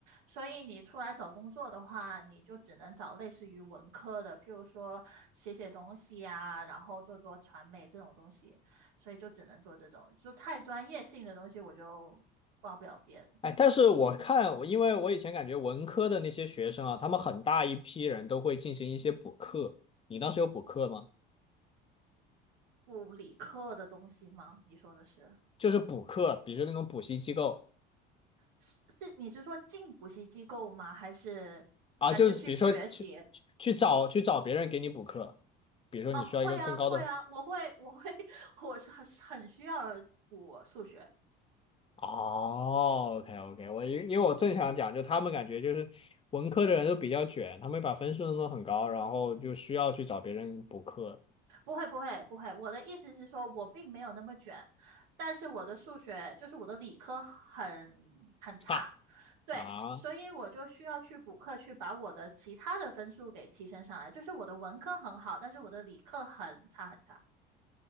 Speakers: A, on the right; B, on the left.
A: 所以你出来找工作的话，你就只能找类似于文科的，譬如说写写东西呀、然后做做传媒这种东西，所以就只能做这种，就太专业性的东西我就报不了边，
B: 哎，但是我看，我因为我以前感觉文科的那些学生啊，他们很大一批人都会进行一些补课。你当时有补课吗？
A: 不理科的东西吗？你说的是？
B: 就是补课，比如说那种补习机构。
A: 是是，你是说进补习机构吗？还是还是去学习？
B: 啊，就是比如说去去去找去找别人给你补课，比如说你需要一个更高的。
A: 哦，会啊，会啊，我会，我会，<laughs> 我是很很需要补数学。
B: 哦，OK OK，我因因为我正想讲，就他们感觉就是文科的人都比较卷，他们把分数弄得很高，然后就需要去找别人补课。
A: 不会，不会，不会。我的意思是说，我并没有那么卷，但是我的数学就是我的理科很很差，
B: 差
A: 对，
B: 啊，
A: 所以我就需要去补课，去把我的其他的分数给提升上来。就是我的文科很好，但是我的理科很差很差。